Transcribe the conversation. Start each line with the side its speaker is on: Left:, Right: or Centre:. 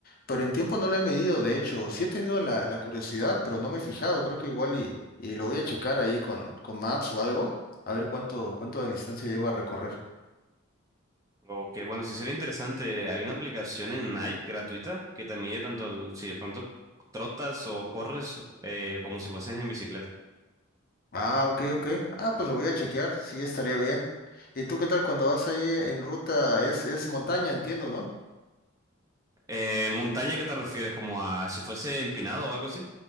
Left: pero en tiempo no lo he medido, de hecho, sí he tenido la, la curiosidad, pero no me he fijado, creo que igual y, y lo voy a checar ahí con, con Maps o algo, a ver cuánto, cuánto de distancia llego a recorrer.
Right: O que, bueno, si sería interesante, hay una aplicación en Nike gratuita que te mide tanto el- si de pronto trotas o corres eh, como si fueses en bicicleta.
Left: Ah, ok, ok. Ah, pues lo voy a chequear, sí estaría bien. ¿Y tú qué tal cuando vas ahí en ruta? Es, es montaña, entiendo, ¿no?
Right: Eh, ¿montaña qué te refieres? ¿Como a si fuese empinado o algo así?